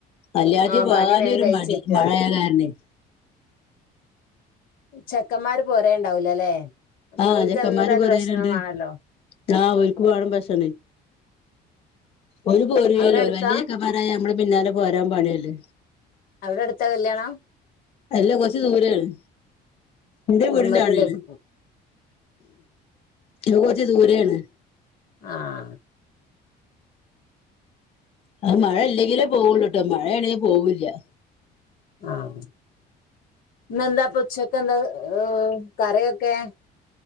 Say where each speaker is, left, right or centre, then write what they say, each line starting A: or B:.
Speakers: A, on the left; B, on the left.
A: കല്യാണത്തി
B: ആഹ്
A: പോകാനരു
B: പണി വേഗം കഴിച്ചേക്ക
A: മടി മഴയായ കാരണേ -
B: ചെക്കന്മാര് പോരേണ്ടാവൂലലെ
A: ആഹ്
B: ഓല്ക്
A: ചെക്കന്മാര്
B: എന്തായാലും
A: പറയലുണ്ട്
B: ഭക്ഷണംവേണേല്ലോ-
A: ആഹ് ഒരുക്ക് വേണം ഭക്ഷണേ ഓർ പോരൂല്ലല്ലോ
B: അവിടെ അടുത്താ
A: വല്യ ചെക്കന്മ ന്മാരായാൽ നമ്മളെ പിന്നാലെ പോരാൻ പണിയല്ലേ.
B: അവിടെ അടുത്താ കല്യാണം?
A: അല്ല കൊറച്ച് ദൂരേണ് ന്റെ
B: കുടുംബത്തിലായിരിക്കും
A: വീടിന്റെ ആടെണ്- അത് കുറച്ച് ദൂരെയാണ്.
B: ആഹ്-
A: അത് മഴ ഇല്ലെങ്കിലേ പോവുള്ളൂട്ടോ മഴയാണെങ്കി പോകൂല്ല-
B: ആഹ് ഇന്നെന്താ ഇപ്പൊച്ചക്കെന്താ കറിയൊക്കെ-